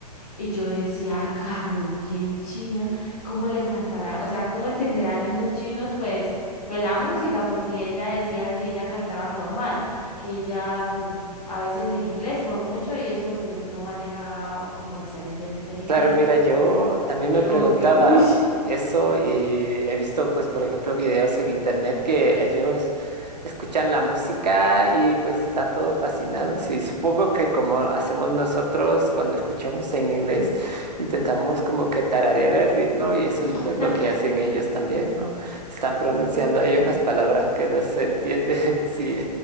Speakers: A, on the left; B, on the right.
A: Y yo decía, "Ah, Carol G en China, ¿cómo le cantará? O sea, ¿cómo entenderán esos chinos? Pues, pues la música, porque ella decía que ella cantaba normal, que ella, pues, a veces en inglés por mucho, y eso, pues, no maneja como excelentemente el inglés.
B: Claro, mira,
A: Entonces,
B: yo también
A: yo
B: me preguntaba
A: como que, uy,
B: au- eso y he visto, pues, por ejemplo, videos en internet que ellos escuchan la música y pues están todo fascinados y supongo que como hacemos nosotros cuando escuchamos en inglés, intentamos como que tararear el ritmo y eso es
A: <laughs>
B: pues lo que hacen ellos también, ¿no? Están pronunciando ahí unas palabras que no se entiende, <laughs> sí,